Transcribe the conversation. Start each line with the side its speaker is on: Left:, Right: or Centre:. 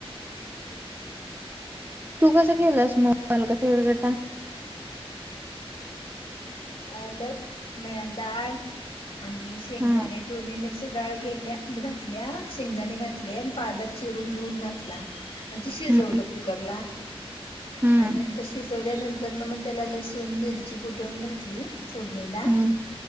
Right: तू कसं केलंस मग मला कसं <unintelligible>
Left: पालक मेळदाळ आणि शेंगदाणे
Right: हा
Left: दोन्ही म मसुरी डाक गेल्या घातल्या शेंगदाणे घातले आणि पालक चिरून धुवून घातला आणि ते शिजवलं
Right: हम्म
Left: कुकरला
Right: हम्म
Left: आणि नंतर शिजवल्यानंतर नंतरन म तेला लसूण मिरची कुटून घात ली फोडणीला
Right: हम्म